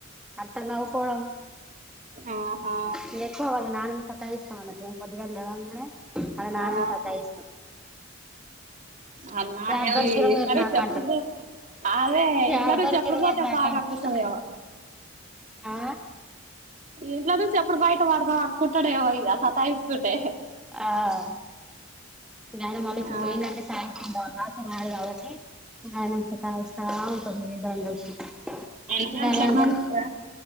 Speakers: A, in the centre; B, on the right.
A: అంత నవ్వుకోడం
B: ఆహా
A: ఇంగ ఎక్కువ వాళ్ళ నాన్న ని సాతాయిస్తాన్నాడు పొద్దుగాల లెవ్వంగానే ఆళ్ల నాన్న
B: ఆ
A: ని సతాయిస్తుంది
B: అన్నా
A: యాడ దొరికిర్రు
B: ఇట్ల
A: మీర్
B: నుంచి
A: నాకు
B: ఎప్పుడు
A: అని అంటడు
B: పో అదే
A: యాడ
B: ఇంట్లో నుంచి
A: దొరికిర్రు
B: ఎప్పుడు
A: మీర్
B: పోతే
A: నాకు
B: బాగా
A: అంటడు
B: అనిపిస్తదేమో
A: ఆ
B: ఇంట్లో నుంచి ఎప్పుడు బయట పడదాం అనుకుంటాడేవో ఇగ సతాయిస్తుంటే
A: ఆ ఇంగ ఆయన మళ్ళీ ఇప్పుడు
B: ఆ
A: పోయిందంటే సాయ రాన్నారు కాబట్టి ఆయన ని సతాయిస్తుంది
B: ఎన్ని
A: ఇంగ
B: గంటలకు
A: ఆయన అంటడు
B: నుంచి